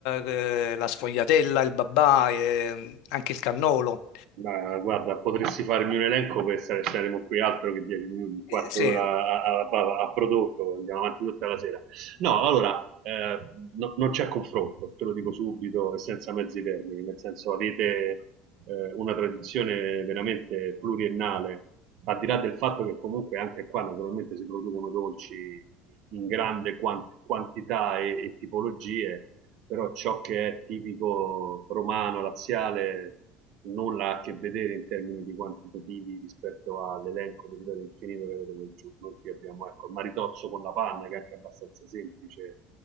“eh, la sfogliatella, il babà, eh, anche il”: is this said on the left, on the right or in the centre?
Left